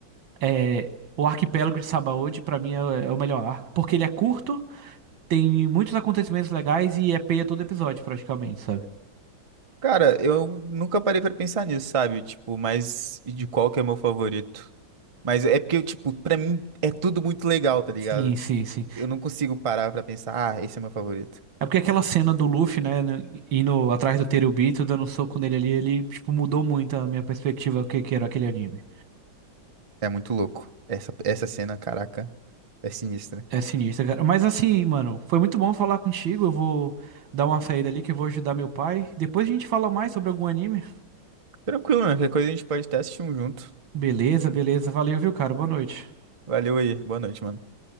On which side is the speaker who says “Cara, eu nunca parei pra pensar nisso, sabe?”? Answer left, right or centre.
Right